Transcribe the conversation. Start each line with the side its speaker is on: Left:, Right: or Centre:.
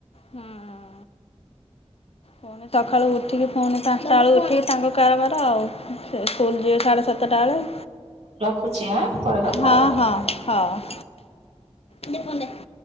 Left: ହଁ ପୁଣି ସକାଳୁ ଉଠିକି ପୁଣି ପାଞ୍ଚଟା ବେଳକୁ ଉଠିକି ତାଙ୍କ କାରବାର ଆଉ। ସେ ସ୍କୁଲ ଯିବ ସାଢେ ସାତଟା ବେଳେ-
Right: ରଖୁଛି ଆଁ ପରେ କଥା
Left: ହଁ
Right: ହବା।
Left: ହଁ ହଁ ଦେ ଫୋନ ଟା -